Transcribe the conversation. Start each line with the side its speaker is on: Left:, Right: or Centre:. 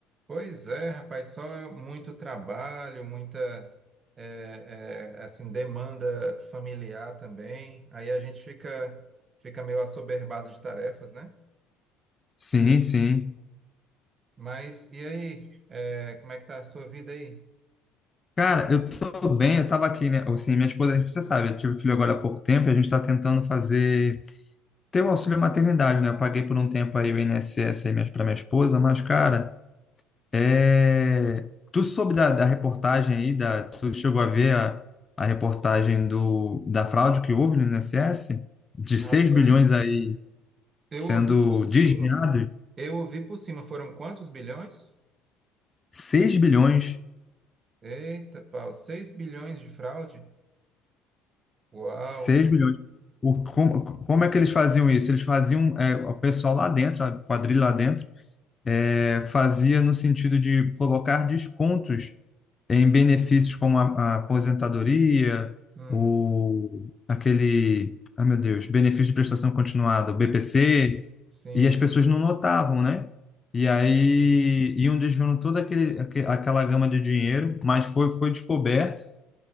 Right: Pois é, rapaz, só muito trabalho, muita eh, eh, assim demanda familiar também. Aí a gente fica fica meio assoberbado de tarefas, né?
Left: Sim, sim.
Right: Mas e aí, eh, como é que tá a sua vida aí?
Left: Cara, eu tô bem, eu tava aqui, né? Assim, minha esposa, você sabe, eu tive filho agora há pouco tempo e a gente tá tentando fazer, ter o auxílio maternidade, né? Eu paguei por um tempo aí o INSS aí minha- pra minha esposa, mas, cara, é... Tu soube da, da reportagem aí, da... tu chegou a ver a, a reportagem do, da fraude que houve no INSS? De 6
Right: Rapaz,
Left: bilhões aí
Right: eu
Left: sendo
Right: ouvi por cima.
Left: desviados?
Right: Eu ouvi por cima. Foram quantos bilhões?
Left: seis bilhões,
Right: Eita, pau, Seis bilhões de fraude? Uau!
Left: seis bilhões. O, como, como é que eles faziam isso? Eles faziam, é, o pessoal lá dentro, a quadrilha lá dentro, é, fazia no sentido de colocar descontos em benefícios como a, a aposentadoria,
Right: Uhum.
Left: o, aquele, ah meu Deus, benefício de prestação continuada, o BPC,
Right: Sim,
Left: e as pessoas não notavam, né? E aí
Right: sim.
Left: iam desviando toda aquele, aque- aquela gama de dinheiro, mas foi, foi descoberto